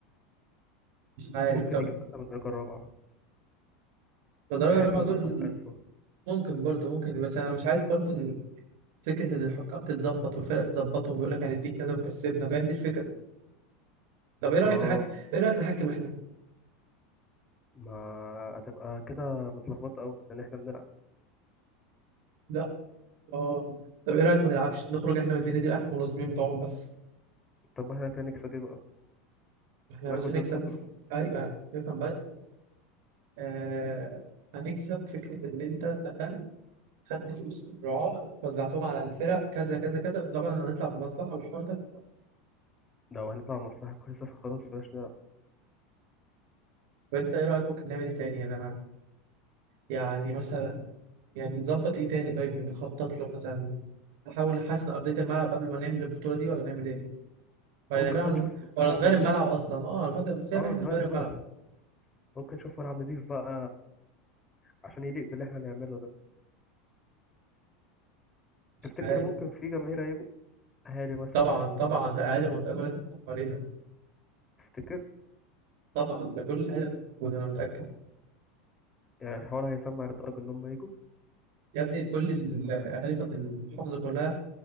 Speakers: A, on the right (about 55°); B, on the left (about 20°).
A: مش عارف
B: ممكن
A: طب
B: نجيب مثلا من الدرجه الرابعه
A: الدرجه
B: بحيث
A: الرابعه
B: ان
A: دول
B: هم يتعرفوا
A: ممكن برضه ممكن بس انا مش عايز برضه إن فكره ان الحكام تتظبط والفرقه تتظبطهم ويقول لك هنديك كذا وكسبنا فاهم دي الفكره طب ايه رايك
B: اه
A: نحك ايه رايك نحكم احنا
B: ما هتبقى كده متلخبطه قوي لان احنا بنلعب
A: لا اه طب ايه رايك ما نلعبش نخرج احنا من الدنيا دي احنا المنظمين بتوعهم بس
B: طب احنا كده نكسب ايه بقى
A: احنا يا
B: هناخد
A: باشا هنكسب
B: نسبة من الفلوس
A: ايوه نفهم بس آه هنكسب فكرة إن أنت دخلت خدت فلوس من الرعاة وزعتهم على الفرق كذا كذا كذا وطبعا هنطلع بمصلحة والحوار ده
B: لو هنطلع مصلحة كويسة فخلاص بلاش نلعب
A: وأنت إيه رأيك ممكن نعمل إيه تاني أنا يعني مثلا يعني نظبط إيه تاني طيب نخطط له مثلا نحاول نحسن أرضية الملعب قبل ما نعمل البطولة دي ولا نعمل إيه ولا
B: ممكن
A: نعملها
B: بقى
A: على...
B: نشوف
A: ولا
B: ملعب
A: نغير
B: نضيف
A: الملعب أصلا أه أنا فاكر بس إحنا
B: اه نغير
A: نغير
B: الملعب
A: الملعب
B: ممكن نشوف ملعب نضيف بقى عشان يليق باللي احنا هنعمله ده
A: مش
B: تفتكر
A: عارف.
B: ممكن في جماهير هيجوا اهالي مثلا
A: طبعا طبعا
B: فرق
A: ده أقل منطقة كلها تتفق علينا
B: تفتكر
A: طبعا ده كل الأهلي موجود أنا متأكد
B: يعني الحوار هيسمع لدرجة ان هم يجوا
A: يا ابني كل الأهالي في المحافظة كلها